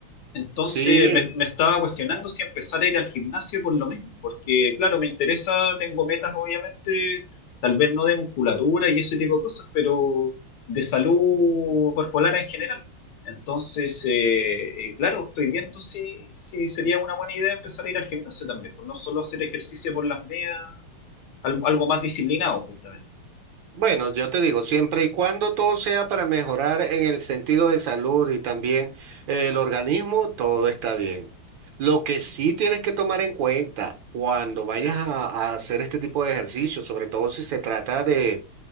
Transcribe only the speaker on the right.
Sí.
Bueno, yo te digo, siempre y cuando todo sea para mejorar en el sentido de salud y también eh, el organismo, todo está bien. Lo que sí tienes que tomar en cuenta cuando vayas a a hacer este tipo de ejercicio, sobre todo si se trata de